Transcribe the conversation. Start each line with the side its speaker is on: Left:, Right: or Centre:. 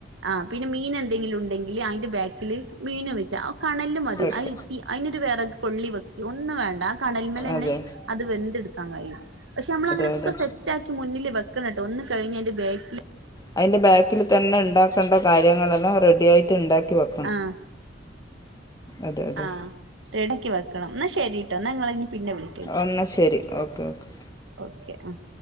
Right: ആഹ് പിന്നെ മീനെന്തെങ്കിലും ഉണ്ടെങ്കില് അയിന്റെ ബേക്കില് മീന് വെച്ചാ കണലില് മതി
Left: വെക്ക
Right: അത് തീ അയിനൊരു വെറക് കൊള്ളി വെക്കെ ഒന്നും വേണ്ട ആ കണല്മ്മലെന്നെ
Left: അതെ
Right: അത് വെന്ത്‌ട്ക്കാൻ കഴിയും പക്ഷെ നമ്മള് അങ്ങനൊക്കെ
Left: അതെ അതെ
Right: സെറ്റാക്കി മുന്നില് വെക്കണട്ടോ ഒന്ന് കഴിഞ്ഞ് അയിന്റെ ബേക്കി
Left: അയിന്റെ ബേക്കില് തന്നെ ഇണ്ടാക്കണ്ട കാര്യങ്ങളെല്ലാം റെഡിയായിട്ട് ഇണ്ടാക്കി വെ
Right: ആഹ്
Left: അതെ അതെ
Right: ആഹ് റെഡിയാക്കി വെക്കണം ഇന്നാ ശെരിട്ടോ ഇന്നാ ഇങ്ങള് ഇഞ്ഞ് പിന്നെ വിളി
Left: എന്നാ ശെരി ഓക്കെ ഓക്കെ
Right: ഓക്കെ ആഹ്